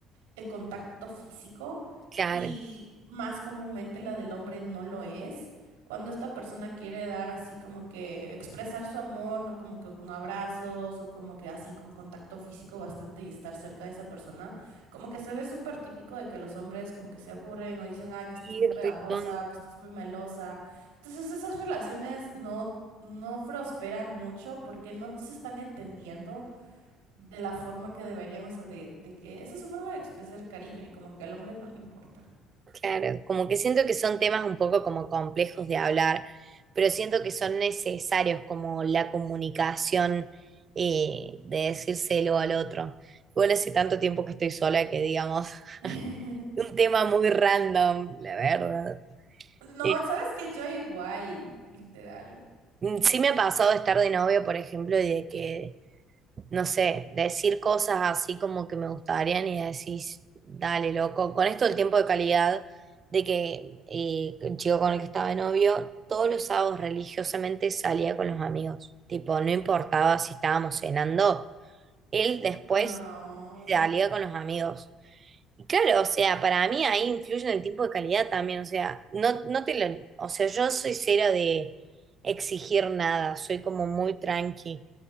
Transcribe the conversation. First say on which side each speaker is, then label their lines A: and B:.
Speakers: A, on the right (about 75°); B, on the right (about 40°).
A: el contacto físico
B: Claro.
A: y más comúnmente la del hombre no lo es. Cuando esta persona quiere dar así como que expresar su amor, no como que con abrazos o como que así con contacto físico bastante y estar cerca de esa persona, como que se ve súper típico de que los hombres como que se aburren o dicen, ay, que
B: Sí,
A: estás muy pegajosa
B: recontra.
A: o que estás muy melosa. Entonces esas relaciones no, no prosperan mucho porque no se están entendiendo, de la forma que deberían, o sea, de, de que esa es su forma de expresar el cariño y como que al hombre no le importa.
B: Claro, como que siento que son temas un poco como complejos de hablar, pero siento que son necesarios como la comunicación eh, de decírselo al otro. Igual hace tanto tiempo que estoy sola que digamos, <laughs>
A: <laughs>
B: un tema muy random, la verdad.
A: No,
B: Eh,
A: sabes que yo igual, literal.
B: Sí me ha pasado de estar de novio, por ejemplo, y de que no sé, decir cosas así como que me gustarían y decís, dale, loco, con esto el tiempo de calidad de que eh, el chico con el que estaba de novio, todos los sábados religiosamente salía con los amigos, tipo, no importaba si estábamos cenando, él después
A: No,
B: salía con los amigos. Claro, o sea, para mí ahí influye en el tiempo de calidad también, o sea, no, no te lo, o sea, yo soy cero de exigir nada, soy como muy tranqui,